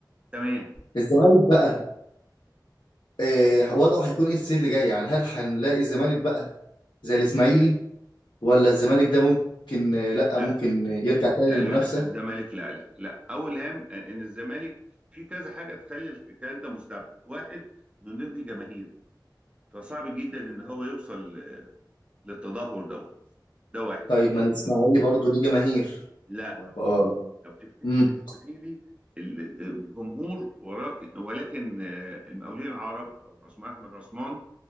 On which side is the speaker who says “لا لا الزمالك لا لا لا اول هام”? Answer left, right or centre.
Right